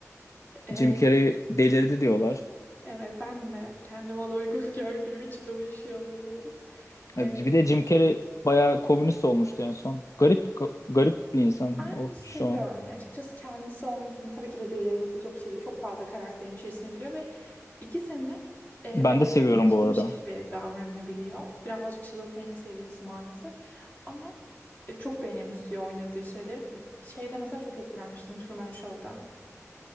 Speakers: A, on the left; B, on the left.
A: Ee,
B: Jim Carrey delirdi diyorlar.
A: evet ben de kendime ona uygun <laughs> gördüğüm için de uyuşuyor olabiliriz.
B: E,
A: Ee,
B: Bir de Jim Carrey bayağı komünist olmuştu en son. Garip garip bir insan
A: ben
B: o
A: seviyorum.
B: şu an.
A: Açıkçası kendisi olmasını tabii ki de delirmesi çok şey değil. Çok fazla karakterin içerisine giriyor ve iki sene e,
B: Ben
A: olacak
B: de seviyorum
A: bir şeymiş
B: bu arada.
A: gibi davranabiliyor. Birazcık şizofreni seviyesi maalesef. Ama e, çok benimsiyor oynadığı şeyleri. Şeyde mesela çok etkilenmiştim Truman Show'da.